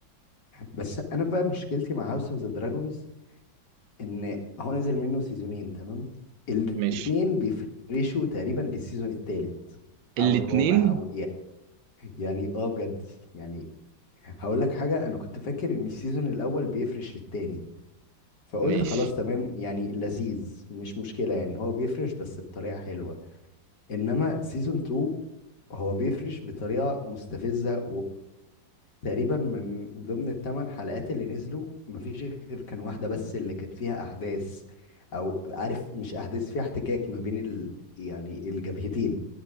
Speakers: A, on the left; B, on the right.
A: بس انا بقى مشكلتي مع هاوس اوف ذا دراجونز ان هو نزل منه سيزونين تمام الاتنين
B: ماشي
A: بيفرشوا تقريبا للسيزون التالت
B: الاتنين
A: او الرابع او يعني اه بجد يعني هقول لك حاجة انا كنت فاكر ان السيزون الاول بيفرش للتاني فقلت
B: ماشي
A: خلاص تمام يعني لذيذ مش مشكلة يعني هو بيفرش بس بطريقة حلوة انما سيزون 2 هو بيفرش بطريقة مستفزة وتقريبا من ضمن الثمان حلقات اللي نزلوا مفيش غير كان واحدة بس اللي كان فيها احداث او عارف مش احداث فيها احتكاك ما بين ال... يعني الجبهتين